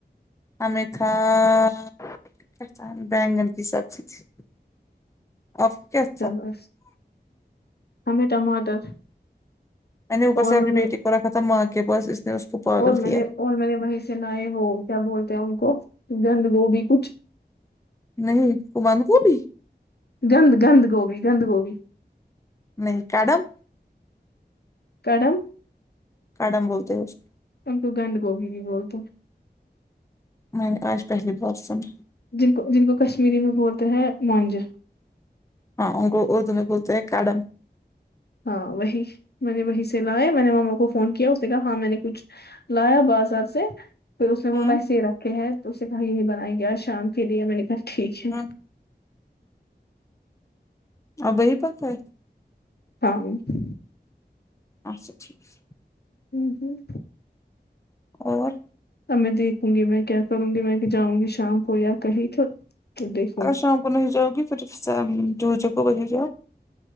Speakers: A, on the left; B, on the left.
A: ہمیں کھایا بیگن کی سبزیز تھی آپ کیا
B: سے
A: تھا
B: مس ہمیں ٹماٹر
A: میں نے وہ بس
B: اور
A: اپنی
B: نے
A: بیٹی کو رکھا تھا ماں کے پاس نے اس کو پاگل
B: اور میں
A: کیا
B: نے اور میں نے وہی سے لیا ہو کیا بولتے ہیں ان کو بند گوبی کچھ
A: نہیں وہ بند گوبی
B: گند گند گوبی گند گوبی
A: نہیں کڈم
B: کڑم
A: کڈم بولتے ہیں اس کو
B: ان کو گند گوبی بھی بولتے ہے
A: میں نے آج پہلی بار سنا
B: جن کو جن کو کشمیری میں بولتے ہیں مونج
A: ہاں ان کو اردو میں بولتے ہے کڈم
B: ہاں وہی میں نے وہی سے لایا میں نے مما کو فون کیا اس نے کہا ہاں میں نے کچھ لایا بازار سے پھر اس نے وہ
A: ہوں
B: ویسے ہی رکھے ہیں تو اس نے کہا یہی بنائیں گے شام کے لیے میں نے کہا ٹھیک ہے
A: ہوں آپ وہی پر ہے
B: ہاں وہی پر
A: اچھا ٹھیک ہے
B: ہوں ہوں
A: اور
B: اب میں دیکھوں گی میں کیا کروں گی میں بھی جاؤں گی شام کو یا کہیں تو تو دیکھوں
A: اگر
B: گی
A: شام کو نہیں جاؤ گی پھر سام جو جگ وہی جاؤ